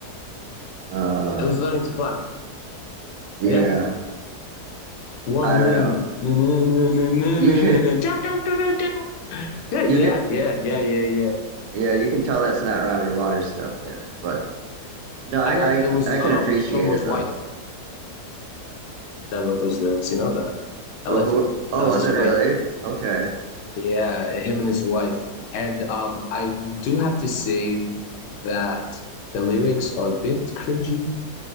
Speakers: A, on the right; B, on the left.
A: Uh,
B: It was learning to fly.
A: yeah,
B: Yeah. One
A: I
B: wing.
A: don't know.
B: Na, na, na, na, na,
A: You
B: na, na, na. Dun, dun, dun, dun,
A: <laughs>
B: Yeah,
A: you
B: yeah,
A: can
B: yeah, yeah, yeah, yeah.
A: yeah, you can tell that's not Roger Waters stuff there, but no, I
B: I heard
A: I,
B: it was
A: I
B: um,
A: can appreciate
B: Gilmore's
A: it though.
B: wife that wrote those lyrics. You know that? Allegedly.
A: Oh who? Oh,
B: That was
A: was
B: his
A: it
B: wife.
A: really? Okay,
B: Yeah, him and his wife. And um, I do have to say that the lyrics are a bit cringy.